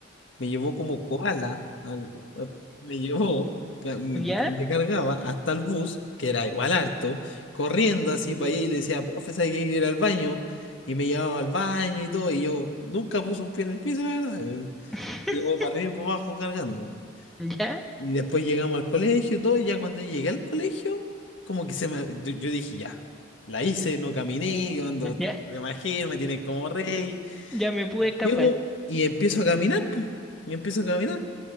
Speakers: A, on the left; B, in the centre.
A: me llevó como koala, al- a- me llevó, ca- me,
B: ¿Ya?
A: me cargaba hasta el bus, que era igual harto, corriendo así para allá y le decía, profesora, hay que ir al baño. Y me llevaba al baño y todo, y yo nunca puse un pie en el piso, la verdad.
B: <laughs>
A: Me llevó para arriba y para abajo cargando.
B: ¿Ya?
A: Y después llegamos al colegio y todo, y ya cuando llegué al colegio, como que se me... Yo yo dije, ya, la hice, no caminé, yo ando de
B: Ya,
A: magia, me tiene como rey.
B: ya me pude escapar.
A: Llego y empiezo a caminar, pum, y empiezo a caminar.